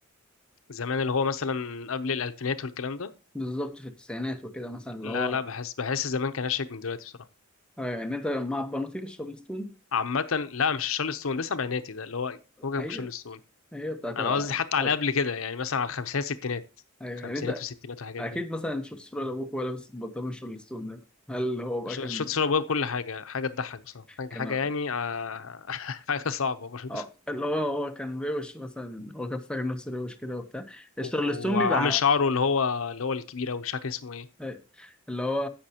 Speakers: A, on the left (about 75°); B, in the centre.
A: زمان اللي هو مثلا قبل الالفينات والكلام ده
B: بالظبط في التسعينات وكده مثلا اللي هو
A: لا لا بحس بحس زمان كان اشيك من دلوقتي بصراحه
B: آه، يعني انت مع البناطيل الشارلستون
A: عامه لا مش شارل ستون ده سبعيناتي ده اللي هو فوقك
B: ايوه
A: من شارل ستون
B: ايوه بتاعت
A: انا قصدي حتى
B: بتاعت-
A: على قبل كده يعني مثلا على الخمسينات ستينات
B: ايوه
A: خمسينات
B: يعني انت
A: وستينات والحاجات
B: اكيد
A: دي
B: مثلا تشوف صوره لابوك وهو لابس البنطلون الشارلستون ده هل هو بقى
A: ش-
B: كان
A: شوت شرب ويب كل حاجة حاجة تضحك بصراحة حاجة
B: كان
A: حاجة يعني آه، <laughs> حاجة صعبة برضه
B: اه اللي هو هو كان روش مثلا هو كان فاكر نفسه روش كده وبتاع الشارلستون
A: وعامل
B: بيبقى
A: شعره اللي هو اللي هو الكبير أوي مش فاكر اسمه ايه
B: إيه. اللي هو